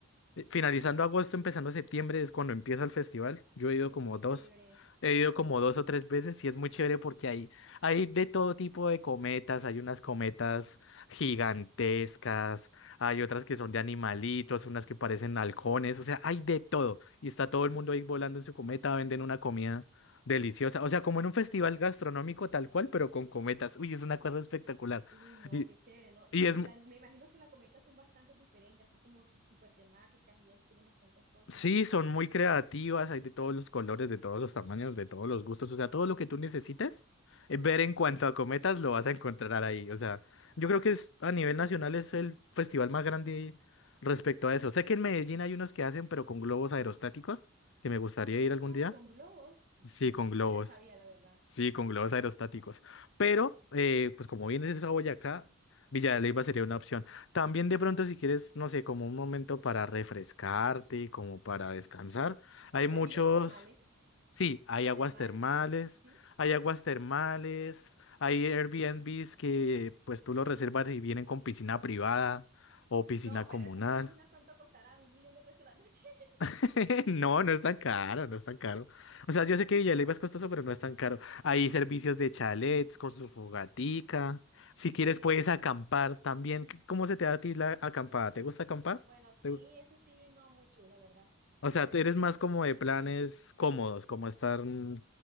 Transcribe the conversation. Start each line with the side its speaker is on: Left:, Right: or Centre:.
Left: eh, Finalizando agosto, empezando septiembre es cuando empieza el festival. Yo he ido
Right: Uy,
Left: como
Right: qué
Left: dos,
Right: chévere.
Left: he ido como dos o tres veces y es muy chévere porque hay, hay de todo tipo de cometas. Hay unas cometas gigantescas, hay otras que son de animalitos, unas que parecen halcones, o sea, hay de todo. Y está todo el mundo ahí volando en su cometa, venden una comida deliciosa. O sea, como en un festival gastronómico tal cual, pero con cometas. Uy, es una cosa espectacular.
Right: Uy, no,
Left: Y-
Right: qué chévere, ¿no? Y
Left: y es,
Right: la- me imagino que las cometas son bastante diferentes, así como súper temáticas y eso, tienen bastantes cosas,
Left: Sí,
Right: me imagino.
Left: son muy creativas, hay de todos los colores, de todos los tamaños, de todos los gustos, o sea, todo lo que tú necesites eh, ver en cuanto a cometas lo vas a encontrar ahí, o sea, yo creo que es, a nivel nacional es el festival más grande respecto a eso. Sé que en Medellín hay unos que hacen, pero con globos aerostáticos, que me gustaría
Right: Ah,
Left: ir algún día.
Right: con globos,
Left: Sí,
Right: ni
Left: con
Right: siquiera
Left: globos.
Right: sabía, la verdad.
Left: Sí, con globos aerostáticos. Pero, eh, pues como bien dices a Boyacá, Villa de Leyva sería una opción. También de pronto si quieres, no sé, como un momento para refrescarte y como para descansar. Hay
Right: También
Left: muchos,
Right: hay termales,
Left: sí, hay
Right: en
Left: aguas
Right: termales
Left: termales,
Right: cerca, ¿sí?
Left: hay aguas termales, hay Airbnbs que pues tú los reservas y vienen con piscina privada o piscina
Right: No,
Left: comunal.
Right: pero eso me imagino cuánto costará un millón de pesos la noche. <laughs>
Left: <laughs> No, no es tan caro, no es tan caro. O sea, yo sé que Villaleiva es costoso, pero no es tan caro. Hay servicios de chalets con su fogatica. Si quieres, puedes acampar también. ¿Qué- ¿Cómo se te da a ti la acampada? ¿Te gusta acampar?
Right: Bueno, sí,
Left: ¿Te gu-
Right: eso sí, no mucho, la verdad.
Left: O sea, tú eres más como de planes cómodos, como estar, mm,